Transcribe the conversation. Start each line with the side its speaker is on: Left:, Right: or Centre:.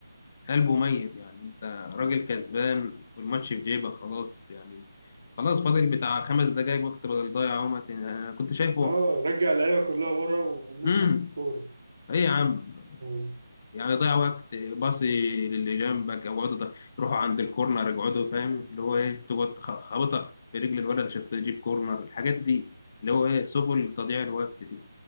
Left: قلبه ميت يعني انت راجل كسبان والماتش في جيبك خلاص يعني خلاص فاضل بتاع خمس دقايق وقت بدل ضايع اهو ما تن- انا كنت شايفه
Right: اه رجع اللعيبه كلها ورا وموت
Left: امم
Right: على الكوره
Left: ايه يا عم
Right: يعني
Left: يعني ضيع وقت باصي للي جنبك او اقعدوا ت- يروحوا عند الكورنر يقعدوا فاهم اللي هو ايه تقعد تخ- خابطها في رجل الولد عشان تجيب كورنر الحاجات دي اللي هو ايه سبل تضييع الوقت دي